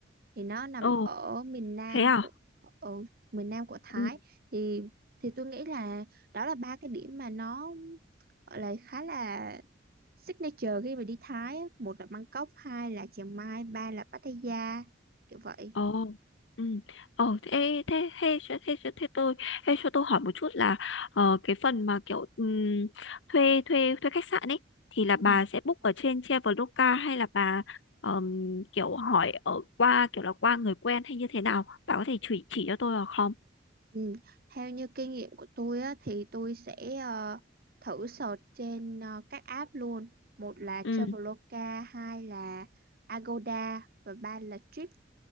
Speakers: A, on the right; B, on the left.
A: thì nó nằm
B: Ồ,
A: ở miền Nam
B: thế à?
A: của ở miền Nam của Thái
B: Ừ.
A: thì thì tôi nghĩ là đó là ba cái điểm mà nó gọi là khá là Signature khi mà đi Thái á, một là Bangkok, hai là Chiang Mai, ba là Pattaya kiểu vậy.
B: Ồ, ừ. Ồ, thế thế thế thế, thế, thế, thế tôi thế cho tôi hỏi một chút là ờ, cái phần mà kiểu ừm, thuê thuê thuê khách sạn ấy thì là bà
A: Ừ.
B: sẽ book ở trên Traveloka hay là bà ờm, kiểu hỏi ở qua kiểu là qua người quen hay như thế nào? Bà có thể chỉ chỉ cho tôi được không?
A: Ừ. Theo như kinh nghiệm của tôi á, thì tôi sẽ ờ, thử search trên ờ, các app luôn. Một là
B: Ừ,
A: Traveloka, hai là Agoda và ba là Trip.